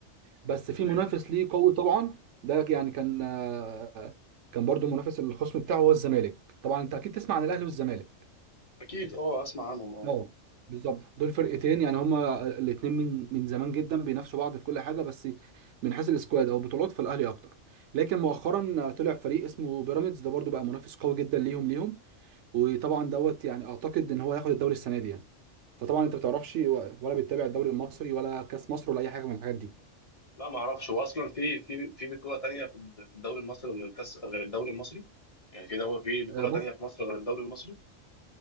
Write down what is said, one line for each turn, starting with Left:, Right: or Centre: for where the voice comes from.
Right: بس في
Left: تمام.
Right: منافس ليه قوي طبعا ده يعني كان آه، كان برضو منافس الخصم بتاعه هو الزمالك طبعا انت اكيد تسمع عن الاهلي والزمالك
Left: اكيد اه اسمع عنهم اه
Right: اه بالظبط دول فرقتين يعني هما الاثنين من من زمان جدا بينافسوا بعض في كل حاجه بس من حيث السكواد او البطولات فالاهلي اكتر لكن مؤخرا طلع فريق اسمه بيراميدز ده برضو بقى منافس قوي جدا ليهم ليهم وطبعا دوت يعني اعتقد ان هو هياخد الدوري السنه دي يعني فطبعا انت ما بتعرفش ولا بتتابع الدوري المصري ولا كاس مصر ولا اي حاجه من الحاجات دي
Left: لا ما اعرفش هو اصلا في في في بطوله تانية في ال- في الدوري المصري غير الكاس غير الدوري المصري يعني في دوري في
Right: آه،
Left: بطوله
Right: بص
Left: تانية في مصر غير الدوري المصري